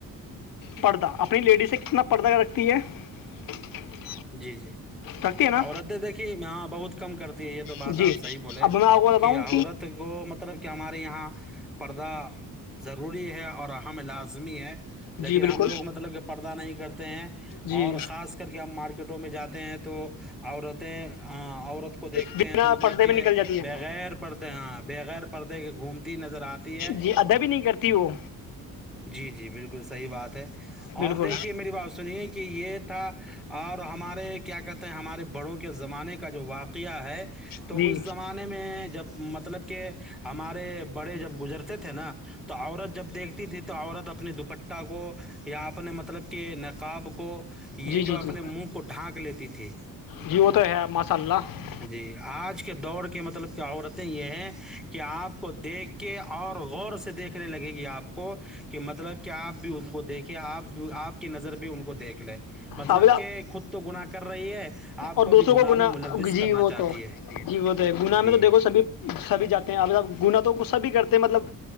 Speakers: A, on the left; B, in the centre.
A: پردہ اپنی لیڈی سے کتنا پردہ رکھتی ہے <inaudible>
B: جی جی
A: رکھتی ہے
B: <inaudible>
A: نا
B: اور رہتے دیکھیے ہ بہت کم کرتا <unintelligible> یہ تو بات
A: جی
B: آپ صحیح بولے
A: اب میں آپ کو
B: کہ
A: بتاؤں
B: عورت کو مطلب کہ ہمارے یہاں پردہ <unintelligible> جب <unintelligible> وری ہے اور ہم لازمی ہے لیکن
A: جی بالکل
B: ہم لوگ مطلب کہ پردہ نہیں کرتے ہیں
A: جی
B: اور خاص کر کے ہم مارکیٹ <unintelligible> ٹو میں <unintelligible> جاتے ہیں تو عورتیں <unintelligible> عورت کو دیکھتے
A: بنا
B: ہیں تو مطلب
A: پردے
B: کہ
A: میں نکل جاتی ہے
B: بغیر پردے ہاں بغیر پردے کے گھومتی نظر آتی ہے
A: جی ادا بھی نہیں کرتی وہ
B: جی جی بالکل صحیح بات ہے
A: بالکل
B: اور دیکھیے میری بات سنیے کہ یہ تھا آپ <unintelligible> ہمارے کیا کہتے ہیں <unintelligible> ہمارے بڑوں کے زمانے کا جو واقعہ ہے <unintelligible> تو
A: جی
B: اس زمانے میں جب مطلب کہ ہمارے بڑے جب گزرتے تھے نا تو عورت جب دیکھتی تھی تو عورت اپنے دوپٹہ کو یا اپنے مطلب کہ نقاب کو <unintelligible> یہ
A: جی جی
B: جو اپنے
A: جی
B: منہ کو ڈھانک لیتی تھی
A: جی وہ تو ہے ماشاء اللہ
B: جی آج کے دور کے مطلب کیا عورتیں یہ ہیں کہ آپ کو دیکھ کے اور غور سے دیکھنے لگے گ آپ کو کہ مطلب کہ آپ بھی اس کو دیکھیں آپ آپ کی نظر بھی ان کو دیکھ لے مطلب
A: اب
B: کہ خود تو گناہ کر رہی ہے آپ
A: اور دوسروں
B: بھی گناہ
A: کو گنا
B: میں ملوث
A: جی
B: کرنا چاہتی
A: تو
B: ہے
A: جی ہے گنا
B: جی
A: میں تو دیکھو سبھی سبھی جاتے ہیں اب گنا تو سبھی کرتے تو مطلب